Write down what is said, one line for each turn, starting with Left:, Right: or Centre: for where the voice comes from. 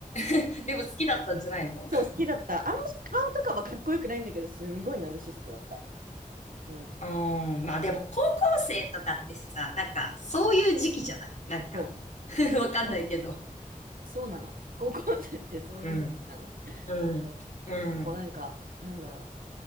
Left: <laughs> でも好きだったんじゃないの
Right: そう好きだったあんまし顔とかはかっこよくないんだけどすんごいナルシストだったうん
Left: うーん、まあでも高校生とかってさ、なんかそういう時期じゃないなんか、
Right: そう
Left: <laughs> わかんないけど。
Right: そうそうなの高校生ってそういうなの
Left: うん、うん、
Right: そう
Left: うん。
Right: でもなんかなんだろ